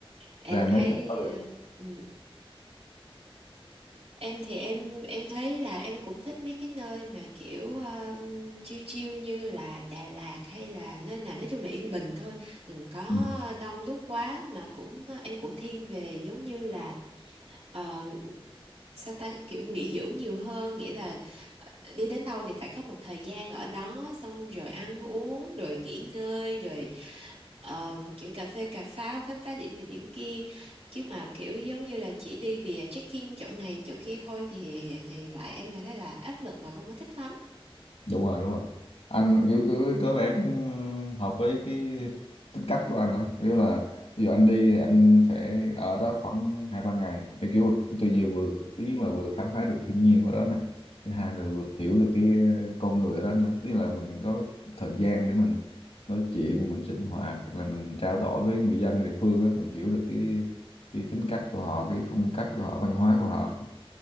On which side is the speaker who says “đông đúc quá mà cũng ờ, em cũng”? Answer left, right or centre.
Right